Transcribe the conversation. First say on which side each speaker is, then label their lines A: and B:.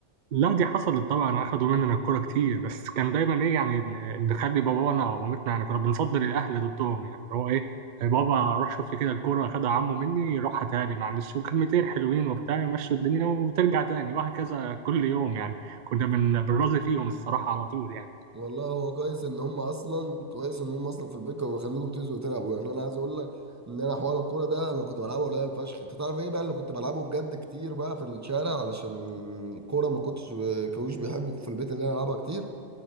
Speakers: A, on the right; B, on the right.
A: لا دي حصلت طبعا اخدوا مننا الكوره كتير بس كان دايما ايه يعني ن- نخلي بابانا او مامتنا يعني كنا بنفضل الاهل ضدهم يعني اللي هو ايه يا بابا روح شوف لي كده الكوره اخدها عمو مني روح هاتها لي معلش وكلمتين حلوين وبتاع يمشوا الدنيا وترجع تاني وهكذا كل يوم يعني كنا بن- بنراضي فيهم الصراحه على طول يعني
B: والله هو كويس ان هم اصلا كويس ان هم اصلا في البيت كانوا بيخليكم بتنزلوا تلعبوا يعني انا عايز اقول لك ان انا حوار الكوره ده انا كنت بلعبه قليل فشخ انت تعرف ايه بقى اللي كنت بلعبه بجد كتير بقى في الشارع علشان الكوره ما كنتش كانوش بيحبوا في البيت ان انا العبها كتير